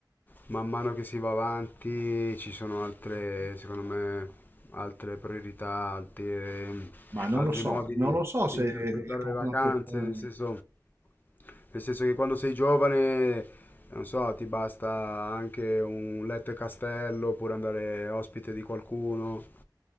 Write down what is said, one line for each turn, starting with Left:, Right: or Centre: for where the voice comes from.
Left: man mano che si va avanti ci sono altre, secondo me, altre priorità, altri,
Right: Ma non
Left: altri
Right: lo so,
Left: modi
Right: non
Left: di,
Right: lo so
Left: di
Right: se
Left: interpretare
Right: è proprio
Left: le vacanze,
Right: una questione.
Left: nel senso, nel senso che quando sei giovane, non so, ti basta anche un letto e castello oppure andare ospite di qualcuno,